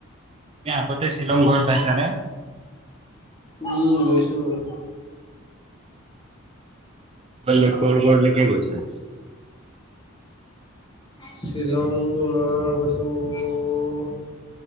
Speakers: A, on the right; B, on the left.
A: তুমি আগতে শ্বিলং গৈ পাইছানে।
B: উম গৈছো বাও।
A: বলে কৰ কৰলে কেই গৈছে।
B: শ্বিলংটো তোমাৰ গৈছোঁ।